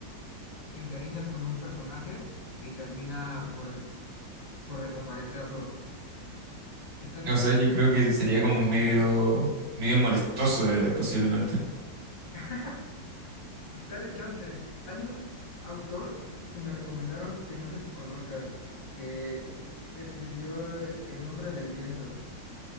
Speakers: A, on the left; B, on the right.
A: encariñas con un personaje y termina por, de- por desaparecerlo. Está,
B: O sea, yo creo que sería como
A: está chido.
B: medio, medio molestoso de leer posiblemente.
A: <laughs> que- Dale chance. Hay un autor que me recomendaron que no sé si conozcas, que eh, escribió eh, El nombre del viento.